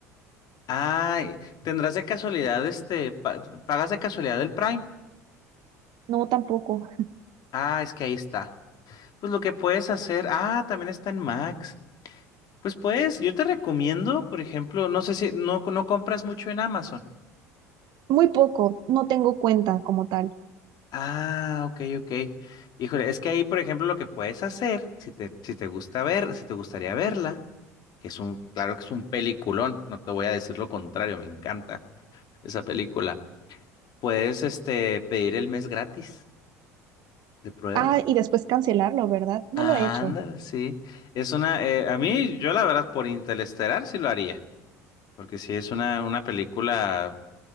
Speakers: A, on the left; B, on the right.
A: Ay, tendrás de casualidad, este, pa- pagas de casualidad el Prime.
B: No, tampoco.
A: Ah, es que ahí está. Pues lo que puedes hacer, ah, también está en Max. Pues puedes, yo te recomiendo, por ejemplo, no sé si no, no compras mucho en Amazon.
B: Muy poco. No tengo cuenta como tal.
A: Ah, ok, ok. Híjole, es que ahí, por ejemplo, lo que puedes hacer, si te, si te gusta ver, si te gustaría verla, que es un, claro que es un peliculón, no te voy a decir lo contrario, me encanta esa película. Puedes, este, pedir el mes gratis de prueba.
B: Ah, y después cancelarlo, ¿verdad? No
A: Ándale,
B: lo he hecho.
A: sí. Es una, eh, a mí, yo la verdad, por Interestelar sí lo haría, porque sí es una, una película